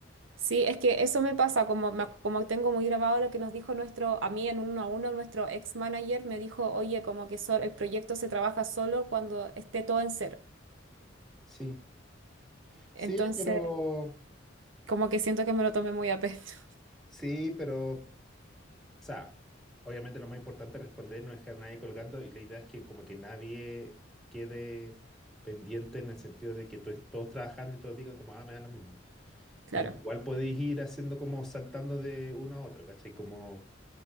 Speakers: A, on the right (about 85°); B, in the centre.
A: Sí, es que eso me pasa, como, me ac- como tengo muy grabado lo que nos dijo nuestro, a mí en uno a uno, nuestro ex manager me dijo, oye, como que sol- el proyecto se trabaja solo cuando esté todo en cero.
B: Sí, sí,
A: Entonces,
B: pero...
A: como que siento que me lo tomé muy a pecho.
B: Sí, pero O sea, obviamente lo más importante es responder, no dejar a nadie colgando y la idea es que como que nadie quede pendiente en el sentido de que to- todos trabajando y todos digan como, ah, me da lo mismo.
A: Claro,
B: Como que igual podéis ir haciendo como saltando de uno a otro, ¿cachai? Como